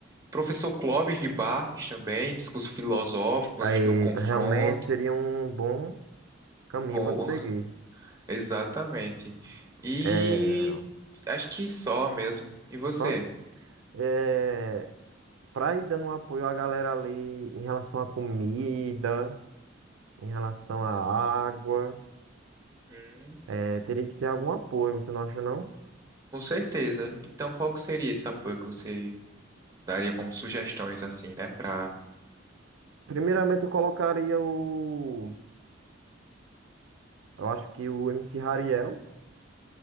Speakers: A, on the right; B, on the right.
A: Professor Clóvis de Barros também, discurso filosófico
B: Aí,
A: antes do confronto.
B: tá, realmente seria um bom caminho
A: Bom,
B: para seguir.
A: <laughs> exatamente. E
B: É,
A: acho que só mesmo. E você?
B: só é, para ir dando um apoio à galera ali em relação à comida, em relação à água,
A: Hum.
B: é, teria que ter algum apoio, você não acha, não?
A: Com certeza. Então, qual que seria esse apoio que você daria como sugestões assim, né, para
B: Primeiramente, eu colocaria o. Eu acho que o MC Hariel.